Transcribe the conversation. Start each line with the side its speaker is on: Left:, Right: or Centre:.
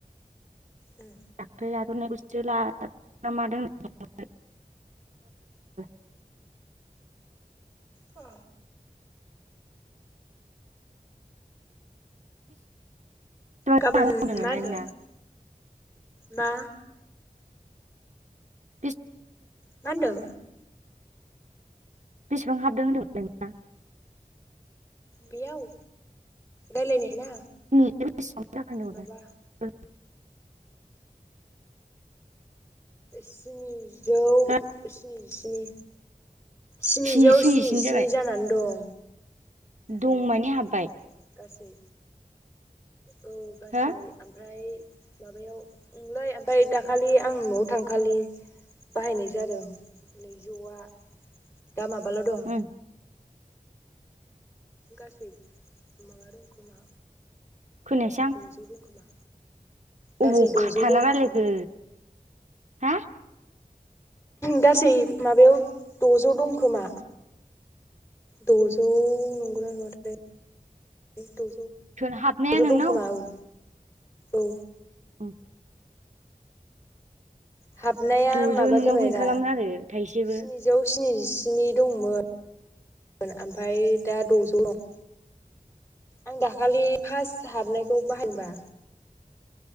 Left: उम
Right: दाख्लै ला थ'नायखौसो लादोंना मादों होननानै <inaudible>
Left: औ
Right: <inaudible> होनदों
Left: गाबोन
Right: नालाय
Left: मा होनो
Right: ना।
Left: मा?
Right: बिस
Left: मा ओनदों
Right: बेसेबां हाबदों होबदोंमोनलाय नोंना?
Left: बेयाव रायलायनाय ना
Right: <inaudible>
Left: माबा स्निजौ
Right: हो
Left: स्निजिस्नि स्निजौ
Right: स्नि स्निजिनि
Left: स्निजिस्नि
Right: जाबाय
Left: जानानै दं।
Right: दं
Left: ओ
Right: मानि हाबबाय
Left: थ'थेल गासै औ गासै
Right: हो
Left: आमफ्राय माबायाव ओंलै ओमफाय दाखालि आं न'आव थांखालि बाहायनाय जादों नैजौआ दा माबाल' दं
Right: ओं
Left: गासै माबा दंखोमा
Right: खोनायासै आं
Left: द'जौ दंखोमा। गासै
Right: अबाव
Left: द'जौ
Right: खा थाना
Left: दंखोमा
Right: रायलायखो हा?
Left: गासै माबायाव द'जौ दंखोमा। द'जौ नंगौना नङा थाय द'
Right: सोर हाबनाया
Left: जौ
Right: नोंनाव
Left: दंखोमा औ औ।
Right: <inaudible>
Left: हाबनाया
Right: द'जौ
Left: माबा
Right: नोंनाव
Left: जाबाय
Right: गैखालामोन
Left: दा
Right: आरो थाइसेबो
Left: स्निजौ स्निजि। स्नि दंमोन ओमफाय दा द'जौ दं। आं दाखालि फास्ट हाबनायखौ बाहायदोंबा।